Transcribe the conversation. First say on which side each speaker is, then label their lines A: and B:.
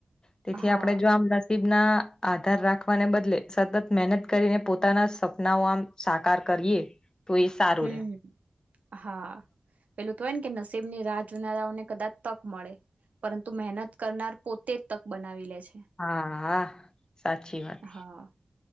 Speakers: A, on the left; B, on the right.
A: તેથી
B: હા
A: આપણે જોમ નસીબના આધાર રાખવાને બદલે સતત મહેનત કરીને પોતાના સપનાઓ આમ સાકાર કર કરીએ તો એ સારું
B: હમ
A: રે
B: હા પેલું તો ને કે નસીબની રાહ જોનારાઓને કદાચ તક મળે પરંતુ મહેનત કરનાર પોતે જ તક બનાવી લે છે.
A: હા હા સાચી વાત
B: હા